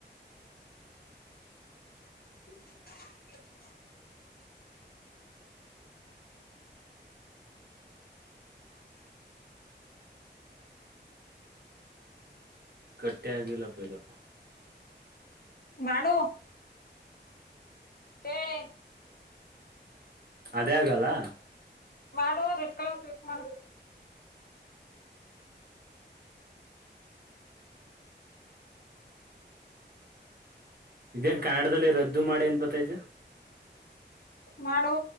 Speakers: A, on the left; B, on the right.
A: <inaudible>
B: ಕಟ್ಟೆ ಆಗಿಲ್ಲಪ್ಪ ಇದು.
A: ಮಾಡು ಏಯ್ -
B: ಅದೇ ಆಗಲ್ಲಾ
A: ಮಾಡು ರೆಡ್ ಕಲರ್ ಕ್ಲಿಕ್ ಮಾಡು.
B: ಇದೇನ್ ಕನ್ನಡದಲ್ಲಿ ರದ್ದು ಮಾಡಿ ಅಂತ ಬರತೈತೆ.
A: ಮಾಡು